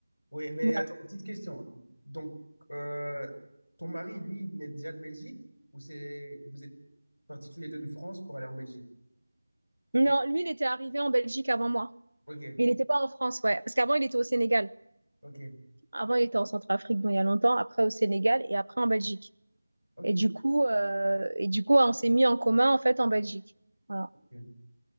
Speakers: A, on the left; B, on the right.
A: Oui, mais
B: Voilà.
A: attends, petite question. Donc, euh, ton mari, lui, il venait déjà de Belgique ou c'est vous êtes partis tous les deux de France pour aller en Belgique?
B: Non,
A: Et-
B: lui, il était arrivé en Belgique avant moi.
A: Ok.
B: Il n'était pas en France, ouais. Parce qu'avant, il était au Sénégal.
A: Ok.
B: Avant, il était en Centrafrique, bon, il y a longtemps, après au Sénégal et après en Belgique.
A: Ok.
B: Et du coup, euh, et du coup on s'est mis en commun, en fait, en Belgique. Voilà.
A: ok.